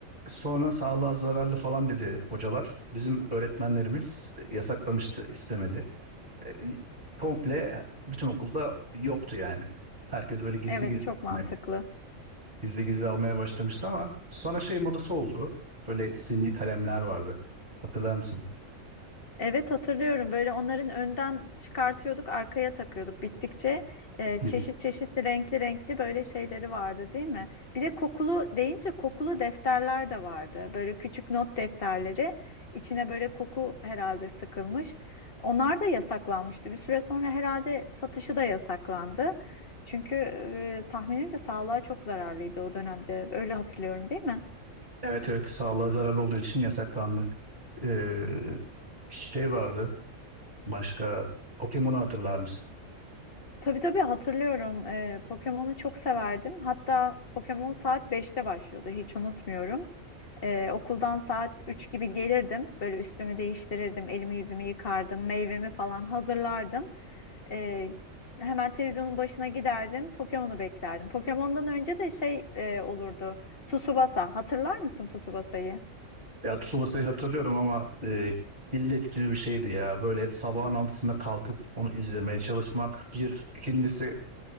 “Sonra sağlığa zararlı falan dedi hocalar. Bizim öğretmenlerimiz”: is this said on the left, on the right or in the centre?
Right